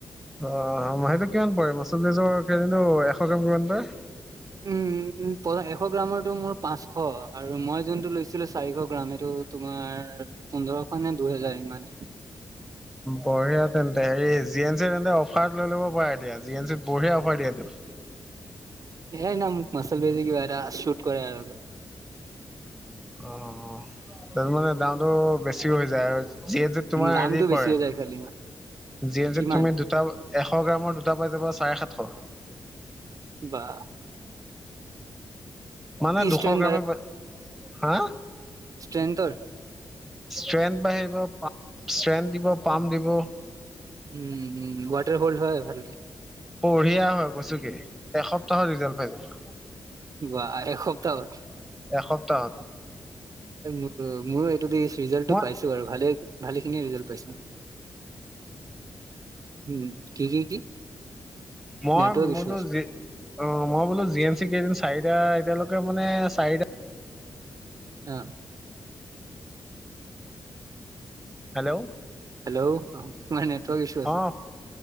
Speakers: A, in the centre; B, on the right.
A: অ মাহেকত কিমান পৰে মাচুল প্লেচৰ এনেটো এশ গ্ৰাম কিমান পায়।
B: উম এশ গ্ৰামৰটো মোৰ পাঁচশ আৰু মই যোনটো লৈছো ছিল চাৰিশ গ্ৰাম সেইটো তোমাৰ পোন্ধৰশ নে দুহেজাৰ ইমানেই
A: বঢ়িয়া তেন্তে হেৰি জি এন চি তেন্তে অফাৰ লৈ ল'ব পাৰা এতিয়া জি এন চিত বঢ়িয়া অফাৰ দিয়েটো।
B: এই ন মোক মাচল বেজী কিবা এটা শুট কৰে আৰু।
A: অ অ ত মানে দামতটো বেছি। বেছি হৈ যায় আৰু যিহটো তোমাৰ
B: দামটো
A: হেৰি
B: বেছি
A: পৰে।
B: হৈ যায় খালি
A: জি এন
B: কিমান
A: চিত তুমি দুটা এশ গ্ৰামৰ দুটা পাই যাবা চাৰে সাতশ।
B: বাহ
A: মানে দুশ
B: ষ্ট্ৰেন
A: গ্ৰামে হা
B: স্ত্ৰেন্তৰ
A: <unintelligible> ষ্ট্ৰেন দিব পাম্প দিব।
B: উম উম ৱাটাৰ হ'ল্ড হয় ভালকে।
A: বঢ়িয়া হয় কৈছো কি এসপ্তাহত ৰিজাল্ট পাই যাবা।
B: ৱাহ এসপ্তাহত।
A: এসপ্তাহত
B: এই ম মোৰ ৰিজালটো
A: মই
B: পাইছো আৰু ভালে ভালে খিনিয়ে ৰিজালট পাইছো। উম কি কি কি?
A: মই
B: নেটৱৰ্ক ইছ্যু
A: বোলো
B: আছে
A: অ মই বোলো জি এন চি কেইদিন চাৰিটা এতিয়ালৈকে মানে চাৰিটা
B: অ
A: হেল্ল'
B: হ অ তোমাৰ নেটৱৰ্ক ইছ্যু আছে
A: অ